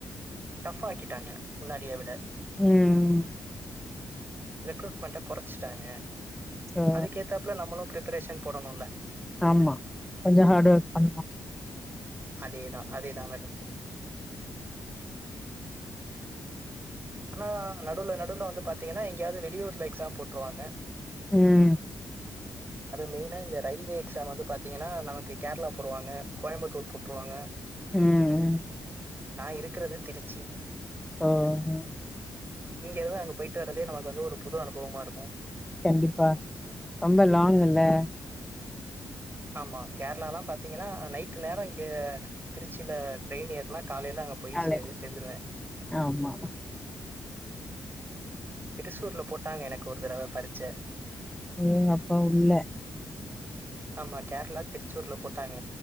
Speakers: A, on the right; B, in the centre.
A: டஃப்ா ஆக்கிட்டாங்க முன்னாடியை விட
B: ம்
A: ரெக்ரூட்மெண்ட கொறச்சிட்டாங்க
B: ஓ
A: அதுக்கேத்தாப்புல நம்மளு பிரிப்பரேஷன் போடணுல
B: ஆமா கொஞ்சோ ஹார்ட் ஒர்க் பண்ணுனோ
A: அதேதா அதேதா மேடம் ஆனா நடுவுல நடுவுல வந்து பாத்தீங்கன்னா எங்கயாவ்து வெளியூர்ல எக்ஸாம் போட்ருவாங்க
B: ம்
A: அது மெயினா இந்த ரயில்வே எக்ஸாம் வந்து பாத்தீங்கன்னா நமக்கு கேரளா போடுவாங்க கோயம்பத்தூர் போட்ருவாங்க
B: ம் ம்
A: நா இருக்கறது திருச்சி
B: ஆ ஆ ஆ
A: இங்கே இரு அங்க போய்ட்டு வரதே நமக்கு வந்து ஒரு புது அனுபவமா இருக்கோ
B: கண்டிப்பா ரொம்ப லாங்குல்ல
A: ஆமா கேரளாலா பாத்தீங்கன்னா நைட்டு நேரோ இங்கே திருச்சில ட்ரெயின் ஏர்னா காலைல அங்க போய்
B: காலைல
A: சேரு சேந்துருவ
B: ஆமா
A: திருசூர்ல போட்டாங்க எனக்கு ஒரு தடவ பரீச்ச
B: ஏங் அப்பா உள்ள
A: ஆமா கேரளா திருச்சூர்ல போட்டாங்க